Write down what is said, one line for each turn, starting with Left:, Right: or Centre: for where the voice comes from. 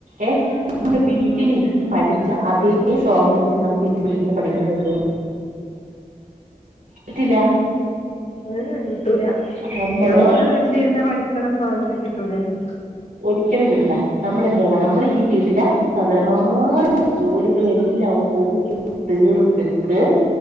Right: ഏഹ് നമ്മള്
Left: ആഹ്
Right: വീട്ടിലിരുന്ന്
Left: ഉം
Right: പഠിച്ച അതേ സ്വാതന്ത്ര്യത്തിൽ നമുക്ക് ഇവിടെ ഇരുന്ന് പഠിക്കാൻ പറ്റോ പറ്റില്ല
Left: ഏഹ് കിട്ടൂല
Right: നമ്മള്
Left: ഞമ്മളെ വീട്ടിലിരുന്ന് പഠിക്കണ സ്വാതന്ത്ര്യം കിട്ടൂലല്ലെ
Right: ഒരിക്കലും കിട്ടൂല നമ്മൾ എന്തേയ്യണ നമ്മൾ ഈ വീട്ടില സകലമായ ജോലി കള് എല്ലാം ഒതുക്കി തീർത്തിട്ട്